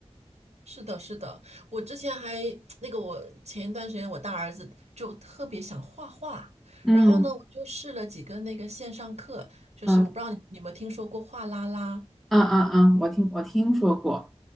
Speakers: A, on the right (about 75°); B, in the centre.
A: 是的，是的。我之前还 <tsk> 那个，我前一段时间我大儿子就特别想画画，
B: 嗯
A: 然后呢，我就试了几个那个线上课，就是我不知道你你有没有听说过画啦啦。
B: 嗯嗯嗯嗯，我听我听说过，